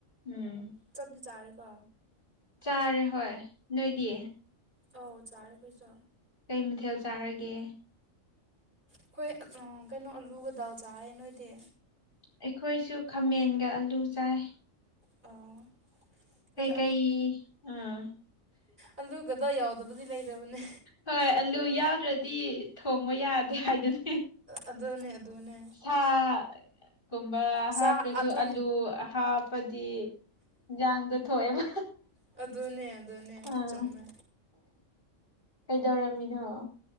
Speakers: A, on the left (about 40°); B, on the right (about 35°).
A: ꯎꯝ
B: ꯆꯠ ꯆꯥꯔꯦꯀꯣ
A: ꯆꯥꯔꯦ ꯍꯣꯏ ꯅꯣꯏꯗꯤ
B: ꯑꯧ ꯆꯔꯦ ꯑꯈꫭꯏꯁꯨ
A: ꯀꯩ ꯃꯊꯦꯜ ꯆꯥꯔꯒꯦ
B: ꯑꯩꯈꯣꯏ ꯀꯩꯅꯣ ꯑꯂꯨꯒ ꯗꯥꯜ ꯆꯥꯌꯦ ꯅꯣꯏꯗꯤ
A: ꯑꯩꯈꯣꯏꯁꯨ ꯈꯥꯃꯦꯟꯒ ꯑꯂꯨ ꯆꯥꯏ
B: ꯑꯣ ꯑꯩꯈꯣꯏꯗ
A: ꯀꯩ ꯀꯩ ꯑꯥ
B: ꯑꯜꯂꯨꯒꯗ ꯌꯥꯎꯗꯕꯗꯤ ꯂꯩꯕꯅꯦ
A: ꯍꯣꯏ ꯑꯂꯨ ꯌꯥꯎꯗ꯭ꯔꯗꯤ ꯊꯣꯡꯕ ꯌꯥꯗꯦ ꯍꯥꯏꯗꯨꯅ
B: ꯑꯗꯨꯅꯦ ꯑꯗꯨꯅꯦ
A: ꯁꯥꯒꯨꯨꯝꯕ
B: ꯆꯥ
A: ꯍꯥꯞꯇ꯭ꯔꯁꯨ
B: ꯑꯗꯨꯅꯦ
A: ꯑꯂꯨ ꯍꯥꯞꯄꯗꯤ ꯏꯟꯖꯥꯡꯗꯣ ꯊꯣꯛꯑꯦꯕ
B: ꯑꯗꯨꯅꯦ ꯑꯗꯨꯅꯦ
A: ꯑꯥ
B: ꯆꯨꯝꯃꯦ
A: ꯀꯩꯗꯧꯔꯝꯃꯤꯅꯣ